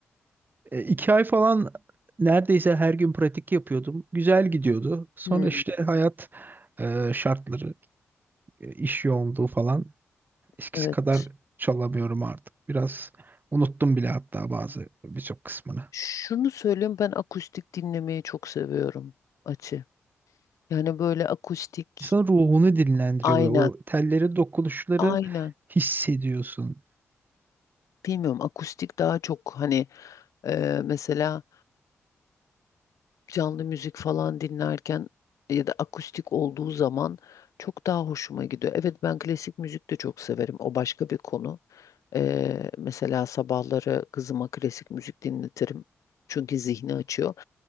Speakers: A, on the right (about 35°); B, on the left (about 75°).
A: E, iki ay falan neredeyse her gün pratik yapıyordum. Güzel gidiyordu. Sonra
B: Hı,
A: işte hayat e, şartları, e, iş yoğunluğu falan eskisi
B: evet.
A: kadar çalamıyorum artık. Biraz unuttum bile hatta bazı birçok kısmını.
B: Şunu söyleyeyim ben akustik dinlemeyi çok seviyorum açı. Yani böyle akustik
A: İnsanın ruhunu dinlendiriyor
B: aynen
A: böyle. O tellerin dokunuşları
B: aynen
A: hissediyorsun.
B: bilmiyorum akustik daha çok hani e, mesela canlı müzik falan dinlerken ya da akustik olduğu zaman çok daha hoşuma gidiyor. Evet ben klasik müzik de çok severim o başka bir konu. Eee, mesela sabahları kızıma klasik müzik dinletirim. Çünkü zihni açıyor.